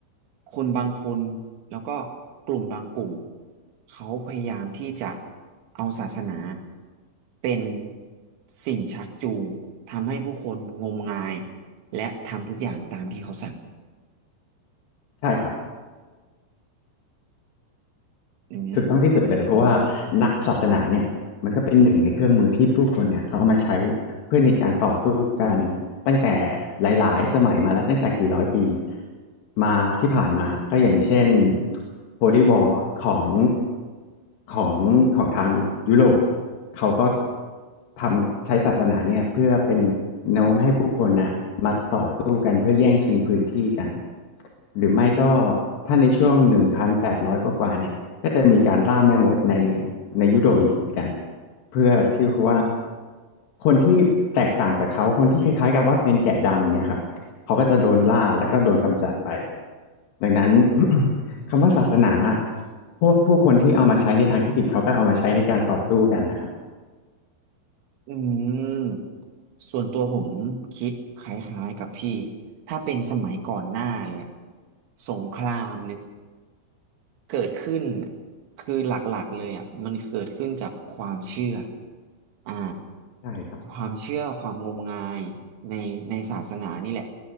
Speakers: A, on the right; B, on the left.
A: คนบางคนแล้วก็กลุ่มบางกลุ่มเขาพยายามที่จะเอาศาสนาเป็นสิ่งชักจูงทำให้ผู้คนงมงายและทำทุกอย่างตามที่เขาสั่ง
B: ใช่ครับ
A: อืม
B: ถูกต้องที่สุดเลยเพราะว่าณศาสนาเนี่ยมันก็เป็นหนึ่งในเครื่องมือที่ผู้คนเนี่ยเขาเอามาใช้เพื่อในการต่อสู้กันตั้งแต่หลายๆสมัยมาแล้วตั้งแต่กี่ร้อยปีมาที่ผ่านมาก็อย่างเช่น Holy War ของของของทางยุโรปเขาก็ทำใช้ศาสนาเนี่ยเพื่อเป็นแนวโน้มให้ผู้คนน่ะมาต่อสู้กันเพื่อแย่งชิงพื้นที่กันหรือไม่ก็ถ้าในช่วงหนึ่งพันแปดร้อยกว่าๆเนี่ย ก็จะมีการล่าแม่มดในในยุโรปอีกเหมือนกันเพื่อที่เขาว่าคนที่แตกต่างจากเขาคนที่คล้ายๆกับว่าเป็นแกะดำเนี่ยครับเขาก็จะโดนล่าแล้วก็โดนกำจัดไปดังนั้น <coughs> <clears throat> คำว่าศาสนาพวกผู้คนที่เอามาใช้ในทางที่ผิดเขาก็เอามาใช้ในการต่อสู้กันนะครับ
A: อืมส่วนตัวผมคิดคล้ายๆกับพี่ ถ้าเป็นสมัยก่อนหน้าเลยอะสงครามเนี่ย เกิดขึ้นคือหลักๆเลยอ่ะมันเกิดขึ้นจากความเชื่ออ่า
B: ได้ครับ
A: ความเชื่อความงมงายในในศาสนานี่แหละ